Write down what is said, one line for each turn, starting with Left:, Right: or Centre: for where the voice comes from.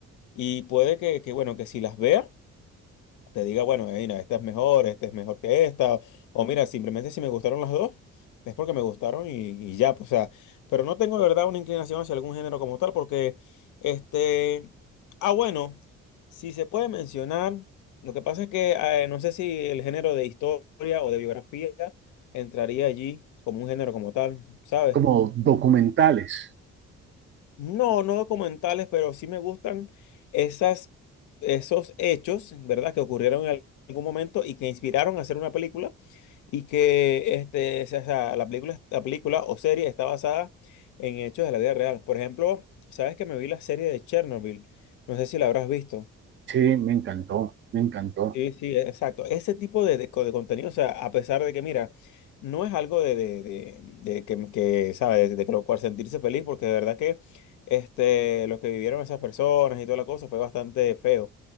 Left: Y puede que, que, bueno, que si las vea te diga, bueno, eh, mira, esta es mejor, esta es mejor que esta, o mira, simplemente si me gustaron las dos, es porque me gustaron y, y ya, pues, o sea, pero no tengo de verdad una inclinación hacia algún género como tal, porque, este, ah, bueno, si se puede mencionar, lo que pasa es que eh, no sé si el género de historia o de biografía entraría allí como un género como tal, ¿sabes?
Right: Como documentales.
Left: No, no documentales, pero sí me gustan esas, esos hechos, ¿verdad? Que ocurrieron en al- algún momento y que inspiraron a hacer una película y que este, o sea, la película, la película o serie está basada en hechos de la vida real. Por ejemplo, sabes que me vi la serie de Chernobyl, no sé si la habrás visto.
Right: Sí, me encantó, me encantó.
Left: Sí, sí, exacto. Ese tipo de, de co- de contenido, o sea, a pesar de que, mira, no es algo de, de, de, de que, que, ¿sabes? De que lo cual sentirse feliz, porque de verdad que este, lo que vivieron esas personas y toda la cosa fue bastante feo.